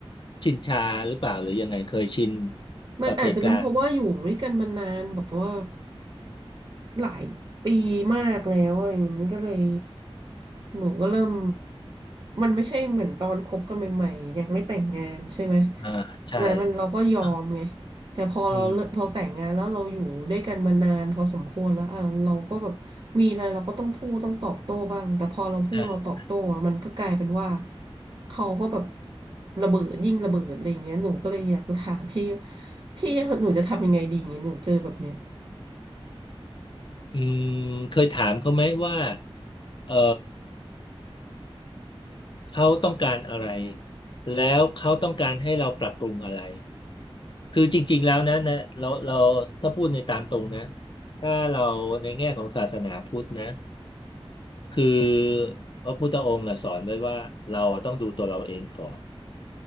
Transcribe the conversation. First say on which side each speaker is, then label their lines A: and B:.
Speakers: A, on the left; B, on the right.
A: ชินชาหรือเปล่าหรือยังไงเคยชินกับเหตุการณ์
B: มันอาจจะเป็นเพราะว่าอยู่ด้วยกันมานานแบบว่า หลายปีมากแล้วอะไรเงี้ยมันก็เลยหนูก็เริ่มมันไม่ใช่เหมือนตอนคบกันใหม่ๆยังไม่แต่งงานใช่ไหม
A: อ่าใช่
B: ดังนั้นมันเราก็ยอมไง
A: อะ
B: แต่พอเราเลิกเราแต่งงานแล้วเราอยู่ด้วยกันมานานพอสมควรแล้วอ่ะเราก็แบบมีอะไรเราก็ต้องพูดต้องตอบโต้บ้างแต่พอเราพูดเราตอบโต้อ่ะมันก็กลายเป็นว่า
A: อืมใช่
B: เขาก็แบบระเบิดยิ่งระเบิดอะไรอย่างเงี้ยหนูก็เลยอยากจะถามพี่พี่หนูจะทำยังไงดีอย่างเงี้ยหนูเจอแบบเนี้ย
A: อืมเคยถามเขาไหมว่าเออเขาต้องการอะไรแล้วเขาต้องการให้เราปรับปรุงอะไร คือจริงๆแล้วนะนะเราเราถ้าพูดในตามตรงนะถ้าเราในแง่ของศาสนาพุทธนะคือพระพุทธองค์อะสอนไว้ว่าเราต้องดูตัวเราเองก่อน